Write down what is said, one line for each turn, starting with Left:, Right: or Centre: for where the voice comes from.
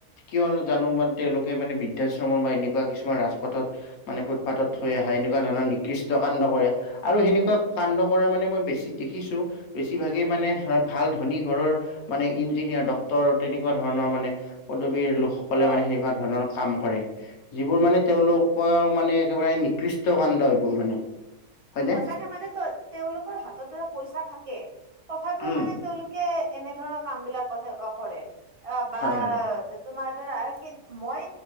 Left: কিয় জানো ইমান তেওঁলোকে মানে বৃদ্ধাশ্ৰমৰ বা এনেকুৱা কিছুমান ৰাজপথত। মানে ফুটপাথত থৈ আহা এনেকুৱা ধৰণৰ নিকৃষ্ট কাণ্ড কৰে। আৰু সেনেকুৱা কাণ্ড কৰা মানে মই বেছি দেখিছো। বেছিভাগেই মানে ধৰা ভাল ধনী ঘৰৰ। মানে ইঞ্জিনিয়াৰ ডক্তৰ তেনেকুৱা ধৰণৰ মানে পদবীৰ লোকসকলে
Right: হয়
Left: মানে সেনেকুৱা ধৰণৰ। কাম কৰে যিবোৰ মানে তেওঁলোকৰ মানে একেবাৰে নিকৃষ্ট কাণ্ড এইবোৰ মানে। হয়নে?
Right: সঁচাকে মানে তেওঁলোকৰ হাততো পইচা থাকে তথাপিও
Left: উম,
Right: মানে। তেওঁলোকে এনেধৰণৰ কাম বিলাক কথা কৰে বা।
Left: হয়, হয়,
Right: তোমাৰ ধৰা কি মই